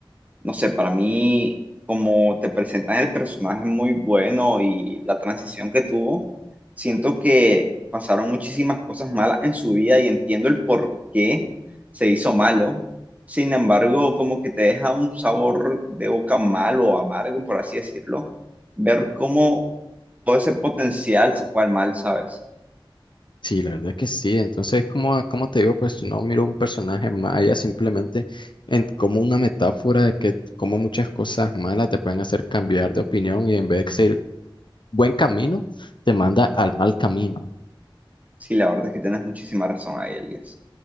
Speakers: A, on the right (about 15°); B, on the left (about 60°).
A: no sé, para mí, como te presentan el personaje muy bueno y la transición que tuvo, siento que pasaron muchísimas cosas malas en su vida y entiendo el por qué se hizo malo. Sin embargo, como que te deja un sabor de boca malo o amargo, por así decirlo, ver cómo todo ese potencial se fue al mal, ¿sabes?
B: Sí, la verdad que sí. Entonces, como, como te digo, pues no miro un personaje maya simplemente en, como una metáfora de que como muchas cosas malas te pueden hacer cambiar de opinión y en vez de seguir buen camino, te manda al mal camino.
A: Sí, la verdad es que tienes muchísima razón ahí, Elías.